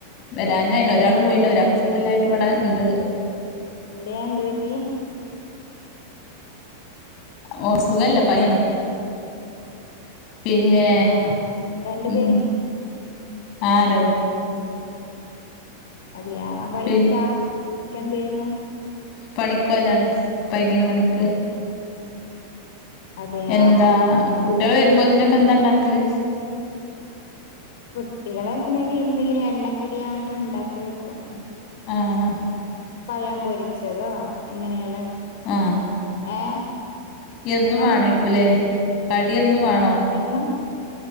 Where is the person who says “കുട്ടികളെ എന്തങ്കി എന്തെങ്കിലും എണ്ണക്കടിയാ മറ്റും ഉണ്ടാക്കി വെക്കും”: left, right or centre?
Left